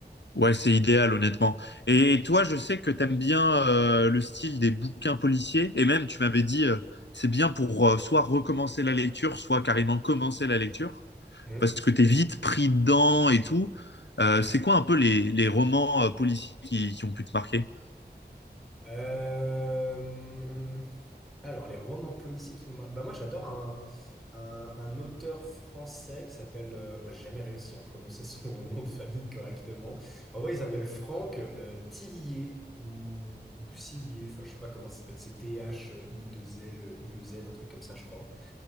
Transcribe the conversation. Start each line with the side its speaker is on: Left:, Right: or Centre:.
Left: Ouais, c'est idéal, honnêtement. Et toi, je sais que t'aimes bien euh, le style des bouquins policiers. Et même, tu m'avais dit, euh, c'est bien pour euh, soit recommencer la lecture, soit carrément commencer la lecture,
Centre: Hum.
Left: parce que t'es vite pris dedans et tout. Euh, c'est quoi un peu les, les romans euh, policiers qui, qui ont pu te marquer?
Centre: Euh, Alors, les romans policiers qui m'ont marqué. Bah, moi, j'adore un, un, un auteur français qui s'appelle. euh, bon, j'ai jamais réussi à prononcer son <laughs> nom de famille correctement. En vrai, il s'appelle Franck euh, Tillier ou, ou Cillier. Enfin, je sais pas comment ça s'appelle. C'est t h i deux l i e z un truc comme ça, je crois.